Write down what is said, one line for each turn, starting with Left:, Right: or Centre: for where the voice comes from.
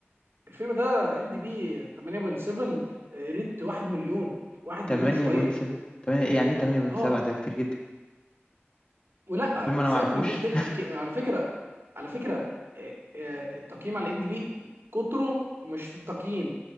Right: الفيلم ده ام دي بي 8.7 آه، ريت 1 مليون 1 مليون
Left: 8.7
Right: وشويه
Left: 8 ايه يعني إيه 8.7
Right: اه
Left: ده كتير جدا
Right: ولا
Left: وفيلم انا
Right: سيبك
Left: ما اعرفوش
Right: من الكتير الك... على فكره على فكره آه، آه، التقييم على ام دي بي كتره مش في التقييم